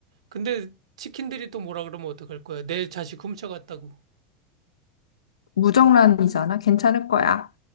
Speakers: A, on the right; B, on the left.
A: 근데 치킨들이 또 뭐라 그러면 어떡할 거야? 내 자식 훔쳐갔다고.
B: 무정란이잖아. 괜찮을 거야.